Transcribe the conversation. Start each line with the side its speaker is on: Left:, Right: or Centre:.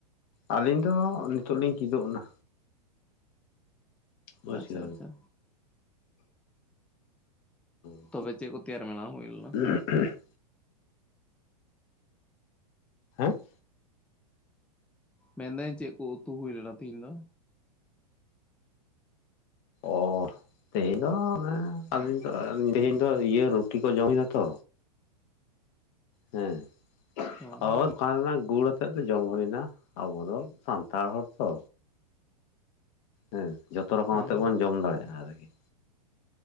Left: ᱟᱹᱞᱤᱧ ᱫᱚ ᱱᱤᱛᱚᱜ ᱞᱤᱧ ᱠᱤᱫᱩᱜ ᱮᱱᱟ᱾ ᱵᱩᱡᱽ
Centre: ᱟᱪᱪᱷᱟ
Left: ᱠᱮᱫᱟ
Centre: ᱟᱪᱪᱷᱟ
Left: <unintelligible>
Centre: ᱛᱚᱵᱮ ᱪᱮᱫ ᱠᱚ ᱛᱮᱭᱟᱨ ᱢᱮᱱᱟ ᱦᱩᱭᱞᱮᱱᱟ᱾
Left: <unintelligible> ᱦᱮᱸ
Centre: ᱢᱮᱱᱫᱟᱹᱧ ᱪᱮᱫ ᱠᱚ ᱩᱛᱩ ᱦᱩᱭ ᱞᱮᱱᱟ ᱛᱮᱦᱮᱧ ᱫᱚ᱾
Left: ᱚ ᱛᱮᱦᱮᱧ ᱫᱚ ᱚᱱᱮ ᱟᱞᱤᱧ ᱫᱚ ᱛᱮᱦᱮᱧ ᱫᱚ ᱤᱭᱟᱹ ᱨᱩᱴᱤ ᱠᱚ ᱡᱚᱢ ᱦᱩᱭᱱᱟ ᱛᱚ᱾ ᱦᱮᱸ <unintelligible>
Centre: ᱦᱚᱸ
Left: ᱫᱚᱠᱟᱱ ᱨᱮᱱᱟᱜ ᱜᱩᱲ ᱟᱛᱮ᱾ ᱥᱮᱫ ᱫᱚ ᱡᱚᱢ ᱦᱩᱭᱱᱟ ᱟᱵᱚ ᱫᱚ ᱥᱟᱱᱛᱟᱲ ᱦᱚᱲ ᱛᱚ᱾ ᱦᱮᱸ ᱡᱚᱛᱷᱚ ᱨᱚᱠᱚᱢ
Centre: ᱦᱚᱸ
Left: ᱟᱛᱮᱜ ᱵᱚᱱ ᱡᱚᱢ ᱫᱟᱲᱮᱭᱟᱜᱼᱟ ᱟᱨᱠᱤ᱾